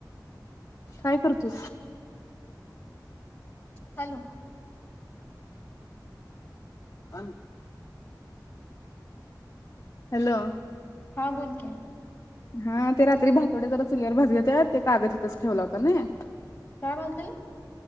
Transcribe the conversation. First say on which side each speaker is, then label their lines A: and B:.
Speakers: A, on the left; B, on the left.
A: काय करतो?
B: Hello
A: <unintelligible> hello?
B: हां बोल की,
A: हा ते रात्री भातोडे्या जरा चुलीवर भाजले त्या ते कागद तिथंच ठेवला होता ना.
B: काय भाजल